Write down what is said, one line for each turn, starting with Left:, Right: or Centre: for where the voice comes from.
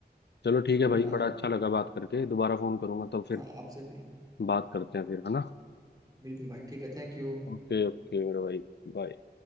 Left: चलो ठीक
Right: बिल्कुल
Left: है भाई
Right: यार
Left: बड़ा अच्छा लगा बात करके दोबारा फोन करूंगा तो फिर
Right: हाँ आपसे भी
Left: बात करते हैं फिर है ना
Right: बिल्कुल भाई ठीक है थैंक यू
Left: ओके ओके मेरे भाई बाय